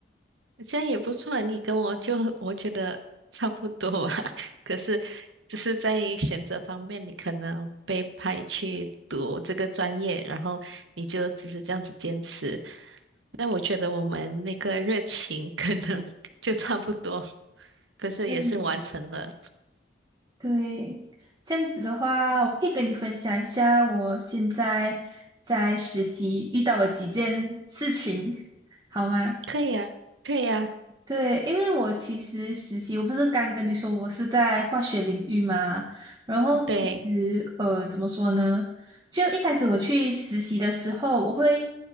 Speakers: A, on the right (about 75°); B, on the right (about 20°).
A: 这样也不错啊。你跟我就我觉得差不多吧，<laughs> 可是只是在选择方面，你可能被派去读这个专业，然后你就只是这样子坚持。但我觉得我们那个热情可能 <laughs> 就差不多，可是也是完成了。
B: 嗯，对，这样子的话，我可以跟你分享一下我现在在实习遇到的几件事情，好吗？
A: 可以啊，可以啊，
B: 对，因为我其实实习，我不是刚跟你说我是在化学领域嘛，然后其实呃，
A: 对，
B: 怎么说呢？就一开始我去实习的时候，我会